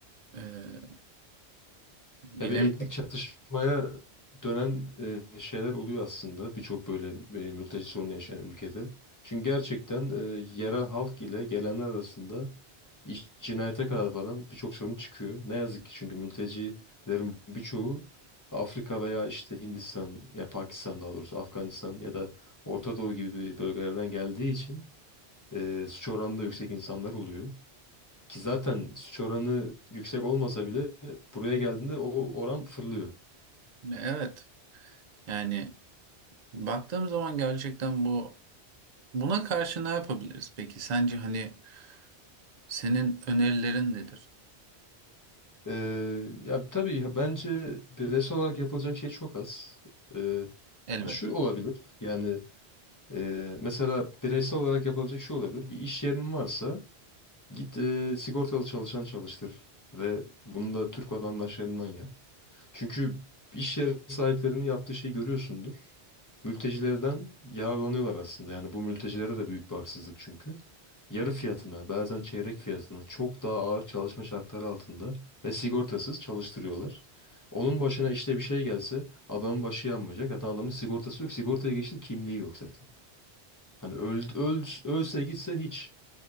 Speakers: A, on the right (about 50°); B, on the left (about 20°).
A: e, bilemiyorum.
B: Ya bir etnik çatışmaya dönen e, şeyler oluyor aslında birçok böyle e, mülteci sorunu yaşayan ülkede. Çünkü gerçekten e, yerel halk ile gelenler arasında iş, cinayete kadar varan birçok sorun çıkıyor. Ne yazık ki çünkü mültecilerin birçoğu Afrika veya işte Hindistan ya Pakistan daha doğrusu Afganistan ya da Orta Doğu gibi bölgelerden geldiği için e, suç oranı da yüksek insanlar oluyor. Ki zaten suç oranı yüksek olmasa bile buraya geldiğinde o oran fırlıyor.
A: Evet yani Baktığım zaman gerçekten bu buna karşı ne yapabiliriz? Peki sence hani senin önerilerin nedir?
B: Ee, ya tabii bence bireysel olarak yapılacak şey çok az. Ee,
A: Elbette.
B: şu olabilir yani e, mesela bireysel olarak yapılabilecek şey olabilir. Bir iş yerinin varsa git e, sigortalı çalışan çalıştır ve bunu da Türk vatandaşlarından yap. Çünkü iş yeri sahiplerinin yaptığı şeyi görüyorsundur. Mültecilerden yararlanıyorlar aslında. Yani bu mültecilere de büyük bir haksızlık çünkü. Yarı fiyatına, bazen çeyrek fiyatına çok daha ağır çalışma şartları altında ve sigortasız çalıştırıyorlar. Onun başına işte bir şey gelse adamın başı yanmayacak. Zaten adamın sigortası yok. Sigortaya geçtim kimliği yok zaten. Hani öl, öl- ölse gitse hiç.